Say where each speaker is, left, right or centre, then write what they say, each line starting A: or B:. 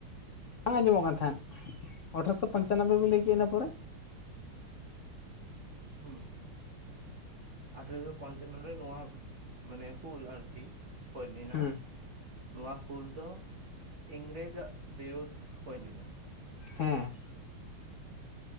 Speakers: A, on the left (about 65°); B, on the right (about 50°).
A: ᱵᱟᱝ ᱟᱸᱡᱚᱢᱚᱜ ᱠᱟᱱ ᱛᱟᱦᱮᱸᱫ ᱟᱴᱷᱨᱚᱥᱚ ᱯᱚᱪᱟᱱᱚᱵᱵᱚᱭ ᱵᱤᱱ ᱞᱟᱹᱭ ᱠᱮᱫᱮᱫᱼᱟ ᱤᱱᱟ ᱯᱚᱨᱮ?
B: <unintelligible> ᱟᱴᱷᱮᱨᱚᱥᱚ ᱯᱚᱧᱪᱟᱱᱱᱚ ᱨᱮ ᱱᱚᱣᱟ ᱢᱟᱱᱮ ᱦᱩᱞ ᱟᱨᱠᱤ ᱦᱩᱭ ᱞᱮᱱᱟ
A: ᱦᱮᱸ
B: ᱾ ᱱᱚᱣᱟ ᱦᱩᱞ ᱫᱚ ᱤᱝᱨᱮᱡᱽᱟᱜ ᱵᱤᱨᱩᱫ ᱦᱩᱭ ᱞᱮᱱᱟ ᱾
A: ᱦᱮᱸ